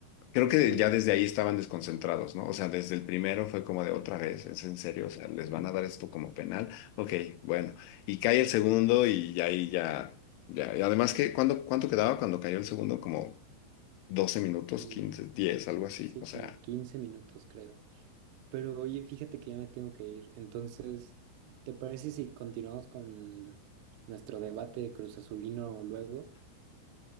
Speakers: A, on the left (about 85°); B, on the right (about 75°).
A: Creo
B: no
A: que
B: sé.
A: ya desde ahí estaban desconcentrados, ¿no? O sea, desde el primero fue como de otra vez, es en serio, o sea, les van a dar esto como penal. Ok, bueno. Y cae el segundo y ya ahí ya, ya. Y además que, ¿cuándo- cuánto quedaba cuando cayó el segundo? Como doce minutos,
B: mm,
A: 15 10 algo así.
B: Sí,
A: O
B: como
A: sea,
B: 15 minutos creo. Pero oye, fíjate que ya me tengo que ir. Entonces, ¿te parece si continuamos con nuestro debate de Cruz Azulino luego